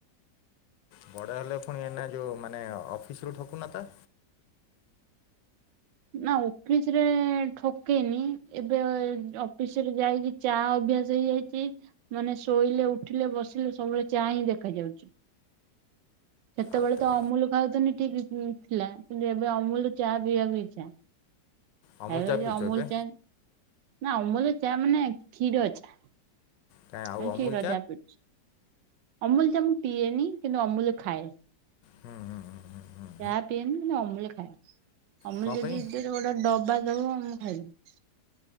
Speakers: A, on the left (about 80°); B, on the right (about 90°).
A: ବଡ଼ ହେଲେ ଫୁଣି ଏଇନା ଯୋଉଁ ମାନେ ଅଫିସରୁ ଠକୁନ ତ?
B: ନା ଅଫିସ୍ ରେ ଠକେନି ଏବେ ଅଫିସ୍ ରୁ ଯାଇକି ଚା ଅଭ୍ୟାସ ହେଇଯାଇଛି। ମାନେ ଶୋଇଲେ ଉଠିଲେ ବସିଲେ ସବୁବେଳେ ଚା ହିଁ ଦେଖାଯାଉଚି। ସେତେବେଳେ
A: ଆଦବ।
B: ତ ଅମୁଲୁ ଖାଉଥିଲି ଠିକ୍ ହିଁ ଥିଲା କିନ୍ତୁ ଏବେ ଅମୁଲୁ ଚା ପିଇବାକୁ ଇଚ୍ଛା ଚା
A: ଅମୁଲ
B: ଅଗୁରୁ
A: ଚା
B: ଯୋଉ
A: ପିଉଛ
B: ଅମୁଲୁ
A: ଏବେ
B: ଚା ନା ଅମୁଲ୍ ଚା ମାନେ କ୍ଷୀର ଚା।
A: କାଇଁ ଆଉ
B: ନାଇଁ
A: ଅମୁଲ
B: କ୍ଷୀର ଚା ପିଉଛି ଅମୁଲ୍ ଚା ମୁଁ ପିଏନି କିନ୍ତୁ ଅମୁଲ୍ ଖାଏ।
A: ହଁ ହଁ ହଁ ହଁ ହଁ।
B: ଚା ପିଏନି କିନ୍ତୁ ଅମୁଲ୍ ଖାଏ ଅମୁଲ୍
A: କଣ
B: ଯଦି
A: ପାଇଁ
B: ମତେ ଗୋଟେ ଡବା ଦବ ମୁଁ ଖାଇଦେବି।